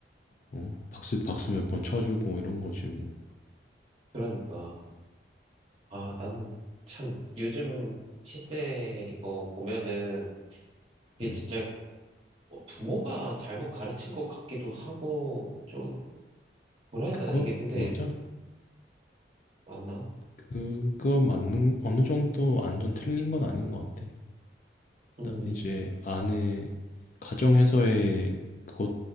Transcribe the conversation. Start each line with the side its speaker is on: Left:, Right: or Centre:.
Left: 어? 박수 박수 몇 번 쳐주고 이런 거지 뭐.
Right: 그러니까. 아, 나는 참 요즘 시대 이거 보면은 이게
Left: 음.
Right: 진짜 뭐 부모가 잘못 가르친 것 같기도 하고 좀 뭐라 해야
Left: 그것
Right: 되나 이게 근데
Left: 맞아.
Right: 맞나?
Left: 그, 그거 맞는 어느 정도 완전 틀린 건 아닌 것 같아.
Right: 음,
Left: 나 이제 아내 가정에서의 그것